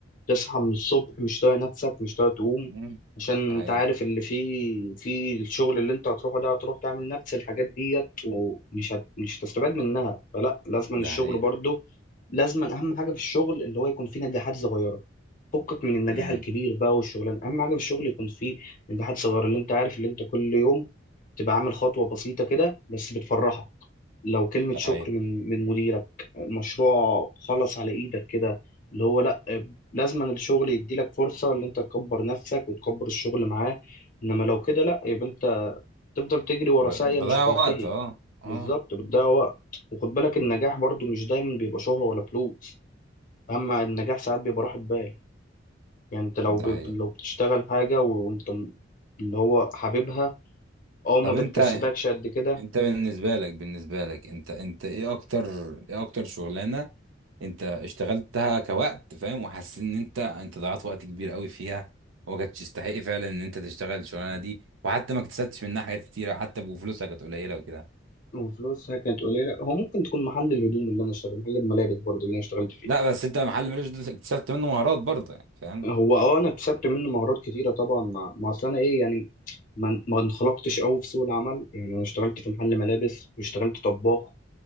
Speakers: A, on the left; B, on the right.
A: تصحى من الصبح مش طايق نفسك مش طايق تقوم
B: مم،
A: عشان
B: ده حقيقة
A: انت عارف اللي فيه في الشغل اللي انت هتروحه ده هتروح تعمل نفس الحاجات ديت ومش هت... مش هتستفاد منها فلا لازم
B: ده
A: الشغل
B: حقيقة
A: برضو لازم اهم حاجه في الشغل اللي هو يكون فيه نجاحات صغيره فكك من النجاح
B: مم،
A: الكبير بقى والشغلانه اهم حاجه في الشغل يكون فيه نجاحات صغيره اللي انت عارف اللي انت كل يوم تبقى عامل خطوه بسيطه كده بس بتفرحك لو كلمه شكر
B: ده حقيقة
A: من من مديرك مشروع خلص على ايدك كده اللي هو لا لازما الشغل يديلك فرصة ان انت تكبر نفسك وتكبر الشغل معاه انما لو كده لا يبقى انت تفضل تجري ورا
B: ب-
A: ساقية
B: بضيع
A: مش هتنتهي
B: وقت اه اه
A: بالظبط بتضيع وقت وخد بالك النجاح برضو مش دايما بيبقى شهرة ولا فلوس اما النجاح ساعات بيبقى راحة بال يعني انت لو
B: ده
A: ب...
B: حقيقة
A: لو بتشتغل حاجة و- وانت م- اللي هو حاببها او ما
B: طب
A: بتكسبكش
B: انت
A: قد كده
B: انت بالنسبه لك بالنسبه لك انت انت ايه اكتر ايه اكتر شغلانه انت اشتغلتها كوقت فاهم وحسيت ان انت انت ضيعت وقت كبير قوي فيها وما كانتش تستحق فعلا ان انت تشتغل الشغلانه دي وحتى ما اكتسبتش منها حاجات كتيره حتى بفلوسها كانت قليله وكده
A: وفلوسها كانت قليلة هو ممكن تكون محل الهدوم اللي انا اشتغل محل الملابس برضو اللي انا اشتغلت فيه
B: لا بس انت محل ملوش دور، اكتسبت منه مهارات برضه يعني فاهم
A: هو اه انا اكتسبت منه مهارات كتيره طبعا ما ما اصل انا ايه يعني ما ما انخلقتش قوي في سوق العمل يعني انا اشتغلت في محل ملابس واشتغلت طباخ